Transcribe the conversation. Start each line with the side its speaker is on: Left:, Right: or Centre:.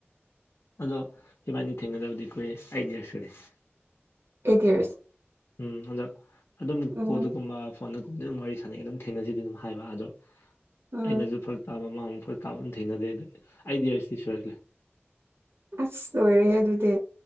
Left: ꯑꯗꯣ ꯏꯕꯥꯅꯤ ꯊꯦꯡꯅꯗꯕꯥꯗꯤ ꯀꯨꯏꯔꯦ <unintelligible>
Right: ꯑꯩꯠ ꯌꯥꯔꯁ
Left: ꯎꯝ ꯍꯟꯗꯛ ꯑꯗꯨꯝ
Right: ꯎꯝ
Left: ꯀꯣꯜ ꯗꯥꯒꯨꯝꯕ ꯐꯣꯟꯗꯥ ꯑꯗꯨꯝ ꯋꯥꯔꯤ ꯁꯥꯟꯅꯩ ꯑꯗꯨꯝ ꯊꯦꯡꯅꯁꯤꯗꯤ ꯑꯗꯨꯝ ꯍꯥꯏꯕ ꯑꯗꯣ
Right: ꯎꯝ
Left: ꯑꯩꯅꯁꯨ ꯐꯔꯛ ꯇꯥꯕ ꯃꯥ ꯃꯨꯛ ꯐꯔꯛ ꯇꯥꯕ ꯑꯗꯨꯝ ꯊꯦꯡꯅꯗꯦ ꯑꯗꯨꯒꯤ ꯑꯥꯏꯠ ꯌꯥꯔꯗꯤ ꯁꯨꯔꯥꯛꯂꯦ
Right: ꯑꯁ ꯂꯣꯏꯔꯦꯍꯦ ꯑꯗꯨꯗꯤ